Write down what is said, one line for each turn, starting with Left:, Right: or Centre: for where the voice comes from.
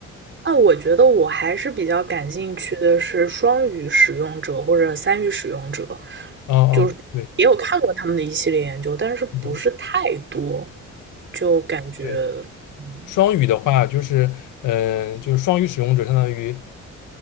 Right: 那我觉得我还是比较感兴趣的是双语使用者或者三语使用者，
Left: 哦哦，
Right: 就是也有看过他们的一系列研究，
Left: 对，
Right: 但是不是太多，
Left: 嗯
Right: 就感觉，
Left: 对，
Right: 嗯
Left: 双语的话，就是，嗯、就是双语使用者，相当于